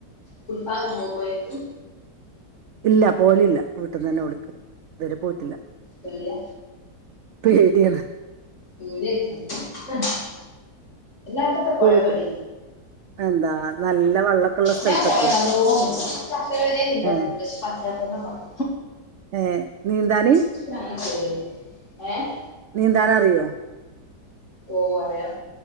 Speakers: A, on the left; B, on the right.
A: കുളിക്കാനൊക്കെ പോവോ പൊയേക്ക്
B: ഇല്ല പോവലില്ല വീട്ട്ന്നെന്നെ കുളിക്കല് ഇതുവെരെ പോയ്ട്ടില്ലാ
A: പേട്യാ
B: പേട്യാണ്
A: പേട്യായ്ട്ടാ എല്ലാര്ക്കു എത്ത പൊഴ
B: പോകും
A: പേടി
B: എന്താ നല്ല വെള്ളമൊക്കെ ഉള്ള സ്ഥലത്തൊക്കെ
A: ഞാൻ പൊയ നല്ലോം നീന്തും ഇച്ചക്കരവരെ നീന്താ
B: ഏ
A: പൂതിണ്ട് പഷ് പറ്റാത്തോണ്ടാന്നാെള്ളു
B: ഏഹ് നീന്താന്
A: ഇച്ച് പിന്നെ അങ്ങെനെ പേട്യൊന്നുല്ല ഏഹ്
B: നീന്താനറിയോ?
A: ഓഹ് അറിയാ